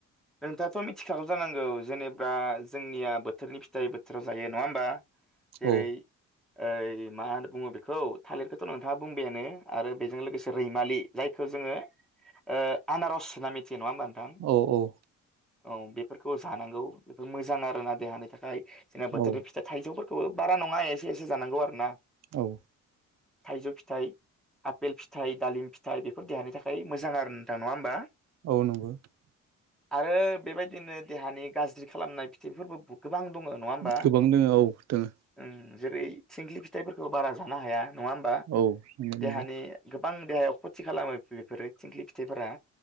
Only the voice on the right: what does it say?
औ
औ औ
औ
औ
औ नंगौ नोंथां
गोबां दोङो औ दोङो
औ नंगौ नंगौ